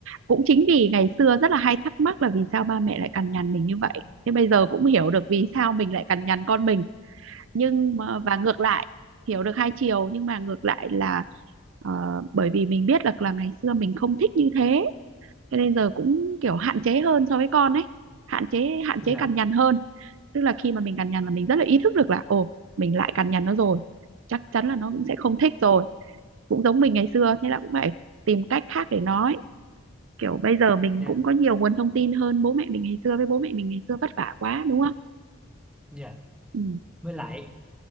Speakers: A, on the right; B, in the centre.
A: cũng chính vì ngày xưa rất là hay thắc mắc là vì sao ba mẹ lại cằn nhằn mình như vậy thế bây giờ cũng hiểu được vì sao mình lại cằn nhằn con mình nhưng mà, và ngược lại hiểu được hai chiều nhưng mà ngược lại là ờ, bởi vì mình biết là là ngày xưa mình không thích như thế cho nên giờ cũng kiểu hạn chế hơn so với con ấy hạn chế hạn
B: dạ
A: chế cằn nhằn hơn tức là khi mà mình cằn nhằn là mình rất là ý thức được là ồ mình lại cằn nhằn nó rồi chắc chắn là nó cũng sẽ không thích rồi cũng giống mình ngày xưa thế là cũng phải tìm cách khác để nói kiểu bây giờ mình
B: dạ
A: cũng có nhiều nguồn thông tin hơn bố mẹ mình ngày xưa với bố mẹ mình ngày xưa vất vả quá đúng không
B: dạ
A: ừ.
B: với lại